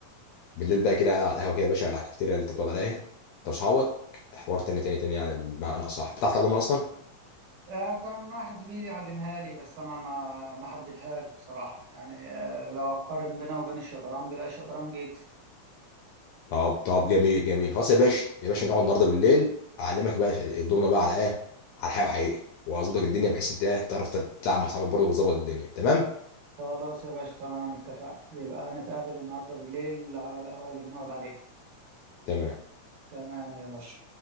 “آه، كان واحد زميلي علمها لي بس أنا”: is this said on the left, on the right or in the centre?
Right